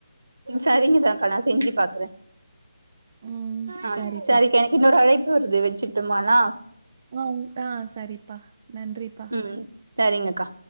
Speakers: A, on the right; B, on the right.
A: சரிங்கதாக்கா நா செஞ்சு பாக்குற
B: ம்
A: ஆ
B: சரிப்பா
A: சரிக எனக்கு இன்னொரு அழைப்பு வருது வச்சுட்டுமானா
B: ஆ அ சரிப்பா நன்றிப்பா
A: ம் சரிங்கக்கா